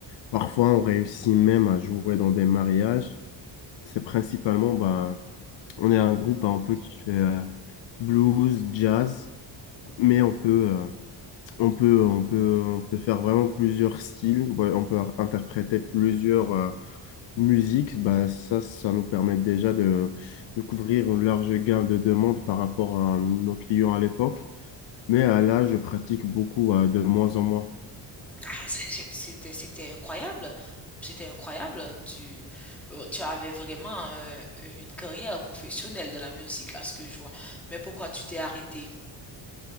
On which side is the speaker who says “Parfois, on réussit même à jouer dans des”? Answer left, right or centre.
Left